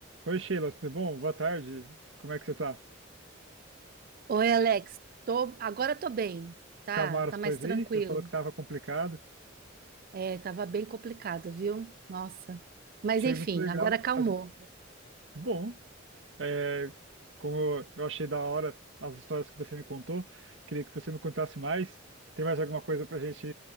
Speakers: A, on the right; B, on the right.
A: Oi, Sheila, tudo bom? Boa tarde. Como é que você tá?
B: Oi, Alex. Tô, agora tô bem, tá?
A: Calmaram
B: Tá
A: as
B: mais
A: coisas
B: tranquilo.
A: aí? Você falou que tava complicado.
B: É, tava bem complicado, viu? Nossa. Mas
A: Achei
B: enfim,
A: muito legal.
B: agora acalmou.
A: As... que Bom, é, como eu eu achei da hora as histórias que você me contou, queria que você me contasse mais. Tem mais alguma coisa pra gente...